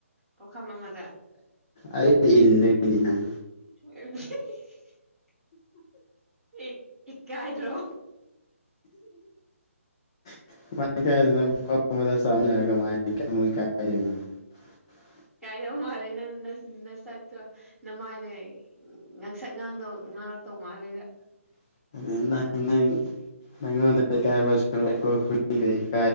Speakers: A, in the centre; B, on the left (about 20°).
A: ꯄꯨꯈꯝ ꯑꯃꯗ
B: ꯑꯩꯗꯤ ꯏꯟꯗꯣꯏꯅꯦ ꯅꯪ
A: <unintelligible> ꯏꯛ ꯏꯀꯥꯏꯗ꯭ꯔꯣ
B: <unintelligible>
A: ꯀꯥꯏꯗꯧ ꯃꯥꯜꯂꯦ ꯅ ꯅ ꯅꯁꯛꯇꯣ ꯅꯃꯥꯏꯗꯩ ꯉꯥꯡꯁꯛ ꯉꯥꯡꯗꯧ ꯉꯥꯡꯂ ꯇꯧꯃꯥꯂꯦꯗ
B: <unintelligible>